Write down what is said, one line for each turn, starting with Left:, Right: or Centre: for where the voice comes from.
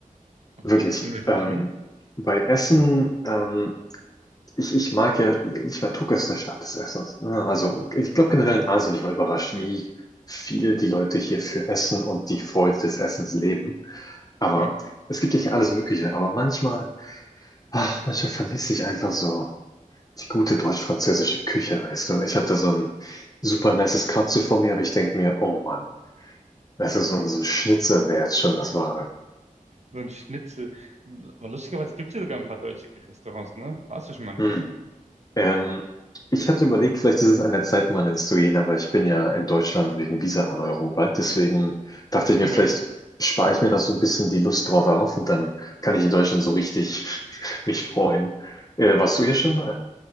Right: okay.
Left: Wirklich.
Right: In welchem
Left: Ähm,
Right: Sinne?
Left: bei Essen, ähm, ich, ich mag ja, ich meine, Tokio ist eine Stadt des Essens. ne? Also ich glaube generell in Asien, ich war überrascht, wie viel die Leute hier für Essen und die Freude des Essens leben. Aber
Right: Ja.
Left: es gibt ja hier alles Mögliche. Aber manchmal Ach, manchmal vermisse ich einfach so die gute deutsch-französische Küche, weißt du? Ich habe da so ein super nices Katsu vor mir, aber ich denke mir, oh Mann, das ist so ein, so ein Schnitzer wär jetzt schon das Wahre.
Right: So ein Schnitzel. Aber lustigerweise gibt es ja sogar ein paar deutsche Restaurants, ne? Warst du schon mal in
Left: Hm.
Right: einem?
Left: Ähm, ich hatte überlegt, vielleicht ist es an der Zeit, mal ins zu gehen, aber ich bin ja in Deutschland wegen Visa-Erneuerung bald. Deswegen dachte ich mir,
Right: Ja.
Left: vielleicht spare ich mir noch so ein bisschen die Lust drauf auf und dann kann ich in Deutschland so richtig <laughs> mich freuen. Äh, warst du hier schon mal?